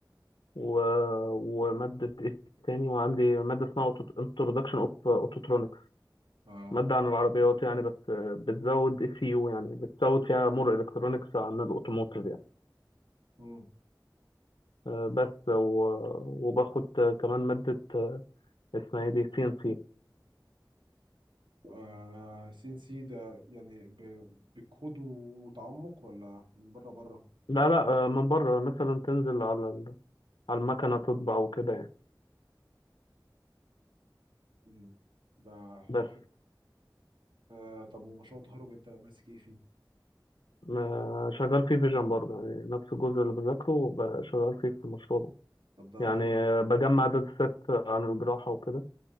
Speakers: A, on the left; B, on the right.
A: و... ومادة ايه تاني وعندي مادة اسمها انترودكشن اوف اوتوترونيك
B: اه
A: مادة عن العربيات يعني بس آه، بتزود اي سي يو يعني بتزود فيها مور الكترونكس عن الاوتوموتيف يعني
B: امم
A: آه، بس و- وباخد آه، كمان مادة آه، اسمها ايه دي سي ان سي
B: آه سي ان سي ده يعني ب- بكود وتعمق ولا من بره بره
A: لا لا آه، من بره مثلا تنزل على ال- على المكنة تطبع وكده يعني
B: امم ده
A: بس
B: حلو. آه طب ومشروع التخرج انت ماسك ايه فيه
A: آه، شغال فيه فيجن برضه يعني نفس الجزء اللي بذاكره وب- شغال فيه في المشروع ده
B: طب ده
A: يعني
B: حلو
A: آه، بجمع داتا سيت عن الجراحة وكده